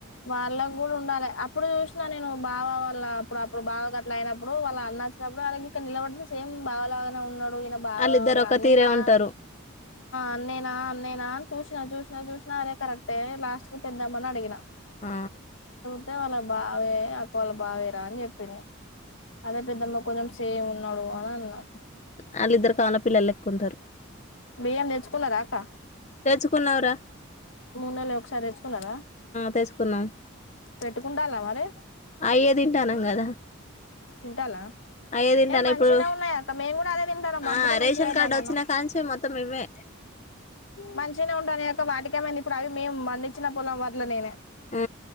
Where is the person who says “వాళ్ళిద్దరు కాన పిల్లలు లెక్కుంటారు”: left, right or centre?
Left